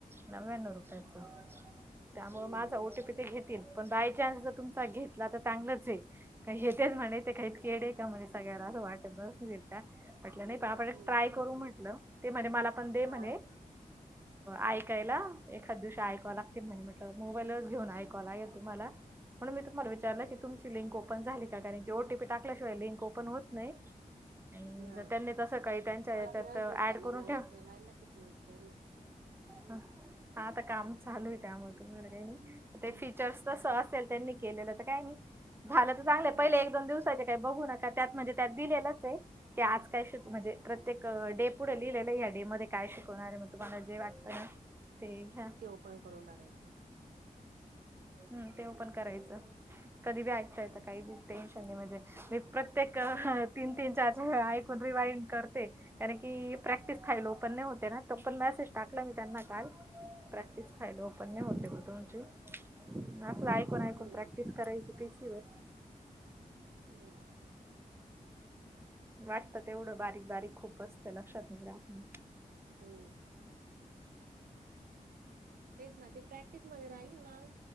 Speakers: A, on the right; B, on the right.
A: नव्यान्णव रुपयाचं त्यामुळे
B: हम्म
A: माझा
B: हम्म
A: ओटीपी ते घेतील पण बाय चान्स जर तुमचा घेतला तर चांगलंच आहे. का, हे तेच म्हणे ते काही येडे आहे का म्हणे सगळ्याला असं वाटत बसतील. म्हटलं नाही पण आपण
B: हम्म
A: ट्राय करू म्हटलं ते म्हणे मला पण दे म्हणे
B: हा
A: ऐकायला एखाद दिवशी आयकाव लागतील म्हटलं मोबाईलच घेऊन आयकाव लगेल तुम्हाला. म्हणून मी तुम्हाला विचारलं की तुमची लिंक ओपन झाली का? नाही कारण ओटीपी टाकल्याशिवाय लिंक ओपन होत नाही. आणि
B: हा
A: जर त्यांनी तस काही त्यांच्या याच्यात
B: मला वेळच
A: ऍड
B: भेटला नाही
A: करून ठेव
B: <unintelligible>
A: हा आता काम चालू आहे त्यामुळं तुम्हाला काही नाही. ते
B: हम्म
A: फीचर्स तसं
B: हम्म
A: असेल त्यांनी केलेलं तर काय नाही झालं तर चांगलं पहिले
B: हा
A: एक दोन दिवस का बघू नका त्यात म्हणजे त्यात दिलेलंच ये. की आज काय श म्हणजे प्रत्येक डे पुढे लिहिलेलं या डे मध्ये काय शिकवणार आहे मग तुम्हाला जे वाटतं ना ते घ्या
B: ते ओपन करून बघायचे.
A: हम् तेओपन करायचं कधी बी ऐकता येत काही बी टेन्शन म्हणजे मी प्रत्येक तीन तीन चार वेळा ऐकून रिवाइड करते. कारण की प्रॅक्टिस फाईल ओपन नाही होते ना तो पण म टाकलं मी त्यांना काल प्रॅक्टिस फाईल ओपन् नाय होत ये तुमची. असलं ऐकून ऐकून
B: हम्म
A: प्रॅक्टिस करायच पीसीवर
B: हा
A: वाटतं तेवढं बारीक बारीक खूप असतें लक्षात राहत नाही.
B: हो तेच ना ते प्रॅक्टिसमध्येध्ये राहील ना